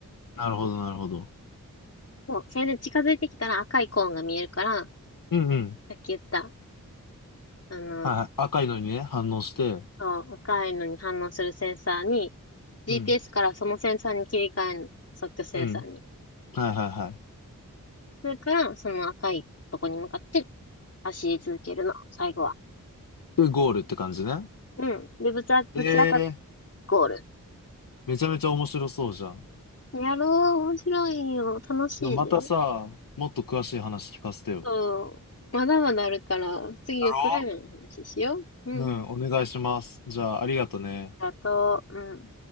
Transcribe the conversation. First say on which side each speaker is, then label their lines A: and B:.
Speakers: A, on the left; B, on the left.
A: なるほど、なるほど。
B: そう。それで近づいてきたら赤いコーンが見えるから、
A: うんうん。
B: さっき言った、あの、
A: はいはい。赤いのにね、反応して。
B: そう、赤いのに反応するセンサーに、GPS
A: うん。
B: からそのセンサーに切り替えるの。即興センサーに。
A: うん。はいはいはい。
B: それから、その赤いとこに向かって走り続けるの。最後は。
A: で、ゴールって感じね。
B: うん。で、ぶちあ、ぶち当たっ
A: ええ
B: ゴール。
A: めちゃめちゃ面白そうじゃん。
B: やろう。面白いよ。楽しいで。
A: またさ、もっと詳しい話聞かせてよ。
B: そう。まだまだあるから、次はクライマーの話しよう。
A: だろ
B: うん。
A: うん、お願いします。じゃあ、ありがとね。
B: ありがとう。うん。